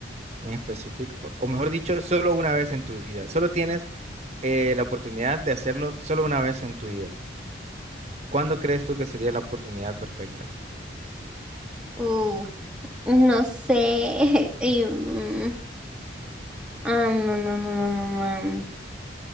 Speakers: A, on the right; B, in the centre.
A: en específico, o mejor dicho, solo una vez en tu vida. Solo tienes eh, la oportunidad de hacerlo solo una vez en tu vida. ¿Cuándo crees tú que sería la oportunidad perfecta?
B: Uf, no sé. <laughs> y, mm, am, am, am, am, am, am.